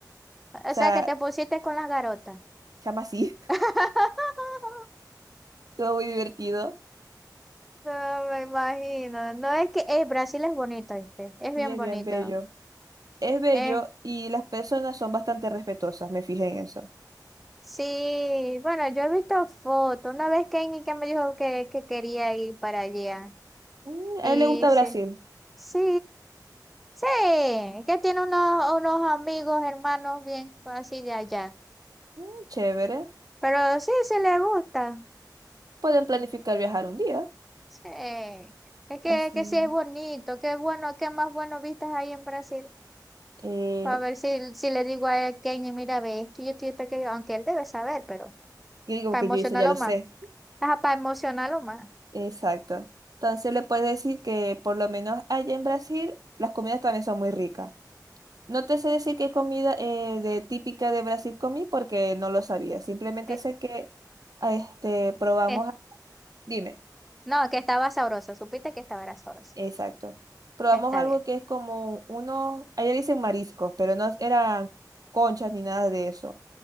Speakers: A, on the right; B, in the centre.
A: sea,
B: O sea, que te pusiste con las garotas.
A: chama así,
B: <laughs>
A: <laughs> todo muy divertido
B: No me imagino. No es que eh, Brasil es bonito, ¿viste? Es
A: y
B: bien
A: es
B: bonito.
A: bien bello. Es bello
B: Eh,
A: y las personas son bastante respetuosas, me fijé en eso.
B: sí, bueno, yo he visto fotos. Una vez que que me dijo que, que quería ir para allá.
A: Mm,
B: Y
A: a él le gusta
B: sí,
A: Brasil.
B: sí, sí, que tiene unos, unos amigos, hermanos bien así de allá.
A: Mm, chévere.
B: Pero sí, sí le gusta.
A: Pueden planificar viajar un día.
B: Sí, es que,
A: Así.
B: que sí es bonito. Qué bueno, qué más bueno vistas hay en Brasil.
A: Eh,
B: Para ver si, si le digo a él, Kenny, mira, ve esto y esto y esto, aquello", aunque él debe saber, pero
A: y digo
B: para
A: que
B: emocionarlo
A: yo eso ya lo
B: más.
A: sé.
B: Ajá, para emocionarlo más.
A: Exacto. Entonces le puedes decir que por lo menos allá en Brasil las comidas también son muy ricas. No te sé decir qué comida eh, de típica de Brasil comí porque no lo sabía. Simplemente
B: Eh,
A: sé que ah, este, probamos.
B: eh,
A: Dime.
B: No, que estaba sabroso, supiste que estaba era sabroso.
A: Exacto. Probamos
B: Está
A: algo
B: bien.
A: que es como unos, allá dicen mariscos, pero no eran conchas ni nada de eso.